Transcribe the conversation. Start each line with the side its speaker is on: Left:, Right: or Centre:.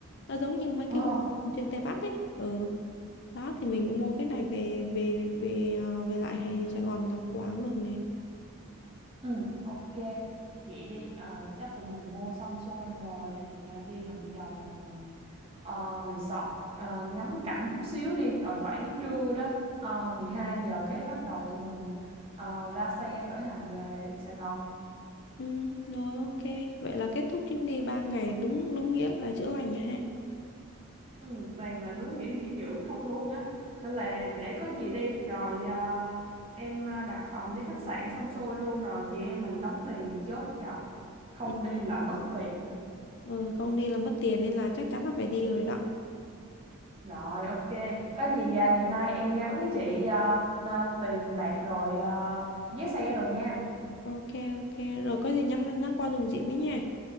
Left: Nó giống như mấy
Right: Ồ,
Left: cái vùng trên Tây Bắc ấy. Ừ. Đó thì mình mua cái này về về về về, à, về lại hay Sài Gòn mình làm quán được này.
Right: ừ ok. Vậy đi, ờ, chắc tụi mình mua xong xuôi rồi thì ờ, đi vòng vòng ờ, resort ờ, ngắm cảnh chút xíu đi rồi khoảng trưa đó uh, 12 giờ cái bắt đầu tụi mình ờ, ra xe khởi hành về Sài Gòn
Left: Ừ, rồi ok. Vậy là kết thúc chuyến đi 3 ngày đúng đúng nghĩa là chữa lành nha ha.
Right: Ừ, toàn là đúng nghĩa nghỉ dưỡng không luôn á nên là để có gì đi rồi à, em à, đặt phòng với khách sạn xong xuôi luôn rồi chị em mình đóng tiền chốt cọc không
Left: Ừ,
Right: đi là mất tiền
Left: ừ, không đi là mất tiền nên là chắc chắn là phải đi rồi đó.
Right: rồi ok có gì à, ngày mai em nhắn với chị à, à, tiền bạc rồi à, vé xe đồ nha
Left: Ok ok. Rồi có gì nhắn nhắn qua dùm chị với nha.